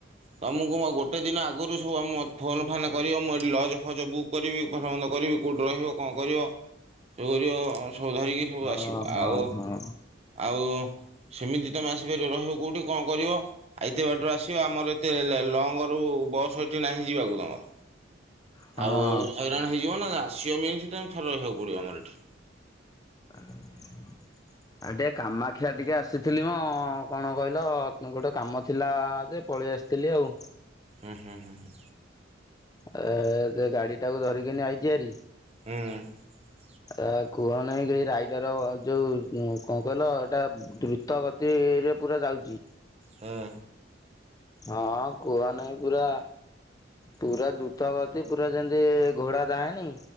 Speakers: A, on the right; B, on the left.
A: ତମକୁ ଗୋଟେ ଦିନ ଆଗରୁ ସବୁ ଆମ ମୋ ଫୋନ ଫାନ୍ କରିବ ମୁଁ ଏଠି ଲଜ୍ ଫଜ ବୁକ୍ କରିବି ଭଲ ମନ୍ଦ କରିବି କୋଉଠି ରହିବ କଣ କରିବ ସବୁ ସବୁ ଧରିକି ସବୁ
B: ହଁ
A: ଆସିବ
B: ହଁ
A: ଆଉ
B: ହଁ
A: ଆଉ ସେମିତି ତମେ ଆସିପାରିବ ରହିବ କୋଉଠି କଣ କରିବ ଆଉ ଏତେ ବାଟରୁ ଆସିବ ଆମର ତେଲେ ଲଙ୍ଗରୁ ବସ୍ ଏଠି ନାହିଁ ଯିବାକୁ ତମର।
B: ହଁ।
A: ଆଉ ହଇରାଣ ହେଇଯିବ ନା ଆସିବା ମିନ୍ସି ତମେ ଥରେ ରହିବାକୁ ପଡିବ ଆମର ଏଠି।
B: କ <unintelligible> ଆ ଟିକେ କାମାକ୍ଷା ଟିକେ ଆସିଥିଲି ମ କଣ କହିଲ ଗୋଟେ କାମ ଥିଲା ଯେ ପଳେଇ ଆସିଥିଲି ଆଉ।
A: ହୁଁ ହୁଁ ହୁଁ।
B: ଏ ସେ ଗାଡି ଟାକୁ ଧରିକିନି ଆଇଛି ହେରି।
A: ହୁଁ।
B: ଏ କୁହନାଇ କେହି ରାଇଡର ଯୋଉ କଣ କହିଲ ଏଇଟା ଦ୍ରୁତ ଗତି ଫିରେ ପୁରା ଯାଉଛି।
A: ହୁଁ
B: ହଁ କୁହ ନାହିଁ ପୁରା ପୁରା ଦ୍ରୁତ ଗତି ପୁରା ଯେମିତି ଘୋଡା ଧାଏନି?